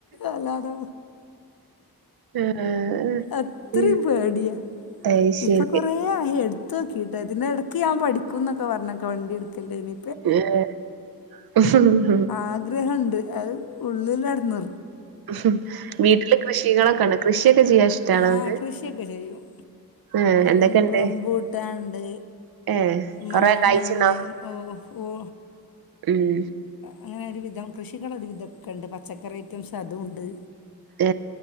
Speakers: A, on the left (about 70°); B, on the right (about 75°).
A: അല്ലാതെ
B: ആഹ്
A: അത്രയും
B: ഉം
A: പേടിയാ
B: അയ്ശരി
A: ഇപ്പൊ കൊറേ ആയിഎടുത്ത് നോക്കിയിട്ട് അതിന് ഇടക്ക് ഞാൻ പഠിക്കൂന്നൊക്കെ പറഞ്ഞൊക്കെ വണ്ടി എടുക്കല്ലേനി
B: ഏ
A: ആഗ്രഹവുണ്ട് അത് ഉള്ളിലാരുന്നു
B: ഉം വീട്ടില് കൃഷികളൊക്കെയുണ്ടോ കൃഷിയൊക്കെ ചെയ്യാൻ ഇഷ്ടാണോ
A: ആ
B: ഇങ്ങക്ക്
A: കൃഷിയൊക്കെ ചെയ്യും
B: ഏഹ് എന്തൊക്കെണ്ട്
A: റം റംബൂട്ടാനൊണ്ട്
B: ഏഹ്
A: മാങ്ങണ്ട്
B: കൊറേ കായ്ച്ച്ണോ
A: ഓ ഓ
B: ഉം
A: അങ്ങനെ ഒരു വിധം കൃഷികളൊരു വിധമൊക്കൊണ്ട് പച്ചക്കറി ഐറ്റംസ് അതും ഉണ്ട്
B: ഏ